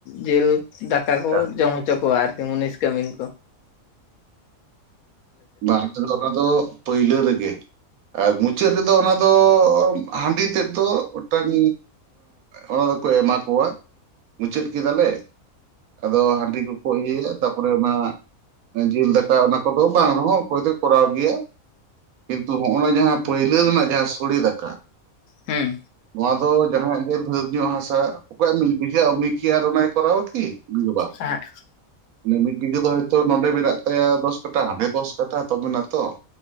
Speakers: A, on the left; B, on the right.
A: ᱡᱤᱞ ᱫᱟᱠᱟ ᱠᱚ
B: ᱦᱮᱸ
A: ᱡᱚᱢ ᱦᱚᱪᱚ ᱠᱚᱣᱟ ᱟᱨᱠᱤ ᱢᱩᱱᱤᱥ ᱠᱟᱹᱢᱤᱱ ᱠᱚ ᱾
B: ᱵᱟᱨ ᱯᱮ ᱠᱟᱴᱷᱟ ᱫᱚ ᱯᱟ. ᱭᱞᱟᱹ ᱨᱮᱜᱮ ᱾ ᱟᱨ ᱢᱩᱪᱟᱹᱫ ᱨᱮᱫᱚ ᱚᱱᱟ ᱫᱚ ᱦᱟᱺᱰᱤ ᱛᱮᱫ ᱫᱚ ᱢᱤᱫᱴᱟᱝ ᱚᱱᱟ ᱫᱚᱠᱚ ᱮᱢᱟ ᱠᱚᱣᱟ ᱢᱩᱪᱟᱹᱫ ᱠᱮᱫᱟᱞᱮ ᱟᱫᱚ ᱦᱸ ᱛᱮ ᱠᱚᱠᱚ ᱤᱭᱟᱹᱭᱟ ᱛᱟᱯᱚᱨᱮ ᱚᱱᱟ ᱡᱤᱞ ᱫᱟᱠᱟ ᱚᱱᱟ ᱠᱚᱫᱚ ᱵᱟᱝ ᱨᱮᱦᱚᱸ ᱚᱠᱚᱭ ᱫᱚ ᱠᱚᱨᱟᱣ ᱜᱮᱭᱟ ᱠᱤᱱᱛᱩ ᱱᱚᱜᱼᱚᱭ ᱱᱚᱣᱟ ᱡᱟᱦᱟᱸ ᱯᱟᱹᱭᱞᱟᱹ ᱨᱮᱱᱟᱜ ᱡᱟᱦᱟᱸ ᱥᱚᱲᱮ ᱫᱟᱠᱟ,
A: ᱦᱩᱸ
B: ᱱᱚᱣᱟ ᱫᱚ ᱡᱟᱦᱟᱭᱟᱜ ᱜᱮ ᱵᱷᱟᱹᱨ ᱧᱚᱜ ᱦᱟᱥᱟ ᱚᱠᱚᱭᱟᱜ ᱢᱤᱫ ᱵᱤᱜᱷᱟᱹ ᱩᱱᱤᱠᱤ ᱟᱨ ᱚᱱᱟ ᱠᱚᱨᱟᱣᱟ ᱠᱤ ᱩᱱᱤ ᱫᱚ ᱵᱟᱝ᱾
A: ᱦᱮᱸ
B: ᱢᱤᱫ ᱵᱤᱜᱷᱟᱹ ᱫᱚ ᱦᱚᱭᱛᱳ ᱱᱚᱰᱮ ᱢᱮᱱᱟᱜ ᱛᱟᱭᱟ ᱫᱚᱥ ᱠᱟᱴᱟ ᱦᱟᱸᱰᱮ ᱫᱚᱥ ᱠᱟᱴᱟ ᱛᱚ ᱵᱮᱱᱟᱛᱚ